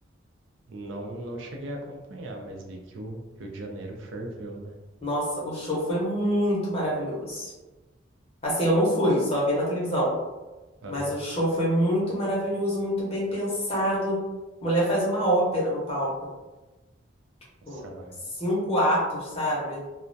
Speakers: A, on the right (about 80°); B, on the left (about 30°).
A: Não, não cheguei a acompanhar, mas vi que o Rio de Janeiro ferveu, né?
B: Nossa, o show foi muito maravilhoso. Assim, eu não fui, só vi na televisão.
A: Aham.
B: Mas o show foi muito maravilhoso, muito bem pensado. Mulher faz uma ópera no palco, tipo,
A: Nossa, lá.
B: cinco atos, sabe?